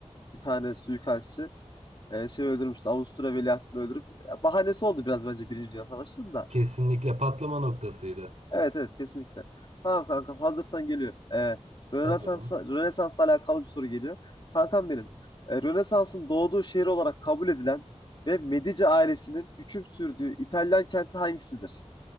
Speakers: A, on the left; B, on the right.
A: bir tane suikastçı e, şey öldürmüştü. Avusturya veliahtını öldürüp ya, bahanesi oldu biraz bence Birinci Dünya Savaşı'nın da.
B: Kesinlikle patlama noktasıydı.
A: Evet evet kesinlikle. Tamam kankam hazırsan geliyor. E, Rönesans'la,
B: Hazırım.
A: Rönesans'la alakalı bir soru geliyor. Kankam benim. e, Rönesans'ın doğduğu şehir olarak kabul edilen ve Medici ailesinin hüküm sürdüğü İtalyan kenti hangisidir?